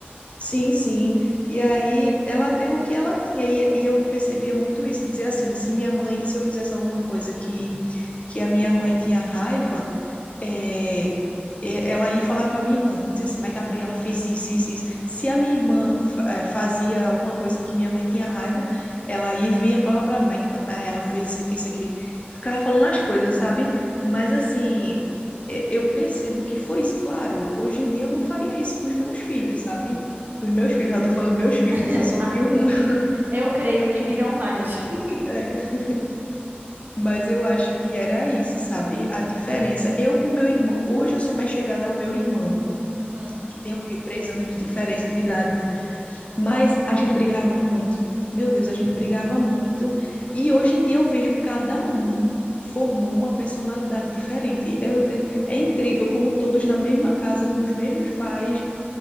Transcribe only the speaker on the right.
<laughs>
ai
Eu creio que virão mais. <laughs>
Uhum.
Sim.
Uhum.